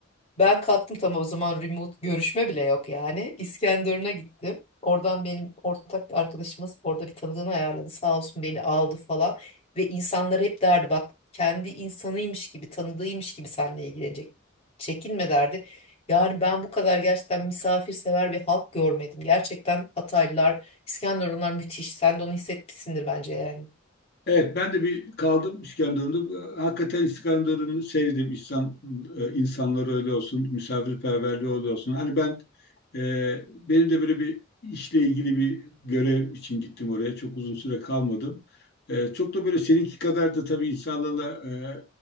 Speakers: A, on the left (about 30°); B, on the left (about 55°).
A: Ben kalktım tam o zaman remote görüşme bile yok yani. İskenderun'a gittim. Oradan benim ortak bir arkadaşımız orada bir tanıdığını ayarladı. Sağ olsun beni aldı falan. Ve insanlara hep derdi bak kendi insanıymış gibi tanıdığıymış gibi seninle ilgilenecek. Çekinme derdi. Yani ben bu kadar gerçekten misafirsever bir halk görmedim. Gerçekten Hataylılar, İskenderunlar müthiş. Sen de onu hissetmişsindir bence yani.
B: Evet ben de bir kaldım İskenderun'da. Ee, Hakikaten İskenderun'u sevdim. İnsan, e, insanları öyle olsun, misafirperverliği öyle olsun. Hani ben e, benim de böyle bir işle ilgili bir görev için gittim oraya. Çok uzun süre kalmadım. E, çok da böyle seninki kadar da tabii insanlarla e,